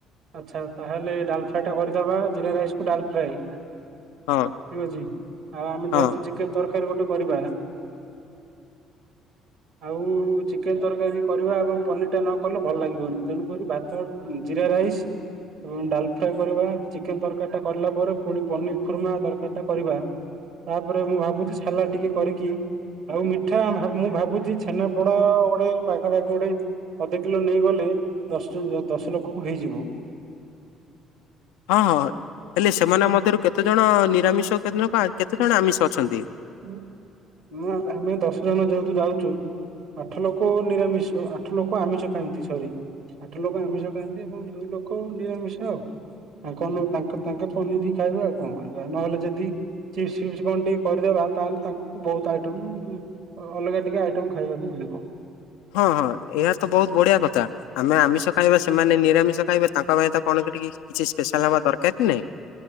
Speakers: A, on the right (about 60°); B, on the left (about 65°).
A: ଆଚ୍ଛା ତାହେଲେ ଡାଲ୍ ଫ୍ରାଏ ଟା କରିଦବା ଜିରା ରାଇସ୍‌ କୁ ଡାଲ୍ ଫ୍ରାଏ। ଠିକ୍
B: ହଁ
A: ଅଛି ଆଉ ଆମେ
B: ହଁ
A: ଯେହେତୁ ଚିକେନ୍ ତରକାରୀ ଗୋଟେ କରିବା। <unintelligible> ଆଉ ଚିକେନ ତରକାରୀ କରିବା ଏବଂ ପନିର ଟା ନ କଲେ ଭଲ ଲାଗିବନି ତେଣୁକରି ଭାତ ଉ ଜିମ ଜିରା ରାଇସ୍ ଏବଂ ଡାଲ ଫ୍ରାଏ କରିବା ଚିକେନ ତରକାରୀ ଟା କରିଲା ପରେ ପୁଣି ପନିର ଖୁର୍ମା ତରକାରୀ ଟା କରିବା। ତାପରେ ମୁଁ ଭାବୁଛି ସାଲାଟ୍ ଟିକେ କରିକି ଆଉ ମିଠା ଭା ମୁଁ ଭାବୁଛି ଛେନା ପୋଡ ଆ ଗୋଟେ ପାଖାପାଖି ଗୋଟେ ଅଧେ କିଲୋ ନେଇ ଗଲେ ଦଶ ଦଶ ଲୋକ କୁ ହେଇଯିବ।
B: ହଁ ହଁ ହେଲେ ସେମାନଙ୍କ ମଧ୍ୟରୁ କେତେ ଜଣ ନିରାମିଷ କେତେ ଜଣ ଆମିଷ ଅଛନ୍ତି?
A: ଉ ମୁଁ ଆମେ ଦଶ ଜଣ ଯେହେତୁ ଯାଉଛୁ ଆଠ ଲୋକ ନିରାମିଷ ଆଠ, ଲୋକ ଆମିଷ ଖାଆନ୍ତି ସରି। ଆଠ ଲୋକ ଆମିଷ ଖାଆନ୍ତି ଏବଂ ଦୁଇ ଲୋକ ନିରାମିଷ ଆଉ। ତାଙ୍କ ନୁ ତାଙ୍କେ ପନିର ବି ଖାଇବେ ଆଉ କଣ କରିବା ନହେଲେ ଯଦି ଚିପସ୍‌ ଫିସ୍‌କଣ ଟିକେ କରିଦେବା? ତାହେଲେ ତାଙ୍କୁ ବହୁତ ଆଇଟମ୍ ଅଲଗା ଟିକେ ଆଇଟମ୍ ଖାଇବାକୁ ମିଳିବ।
B: ହଁ ହଁ ଏହା ତ ବହୁତ ବଢିଆ କଥା। ଆମେ ଆମିଷ ଖାଇବା ସେମାନେ ନିରାମିଷ ଖାଇବେ ତାଙ୍କ ପାଇଁ ତ କଣ ଟିକେ କିଛି ସ୍ପେଶାଲ୍ ହବା ଦରକାର କି ନାଇ?